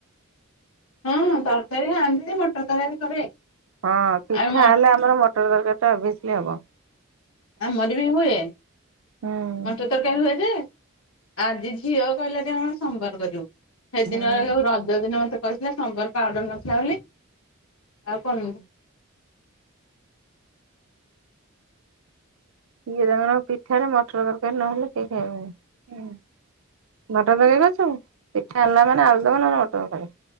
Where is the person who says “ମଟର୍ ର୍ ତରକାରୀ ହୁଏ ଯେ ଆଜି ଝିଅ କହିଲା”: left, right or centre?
Left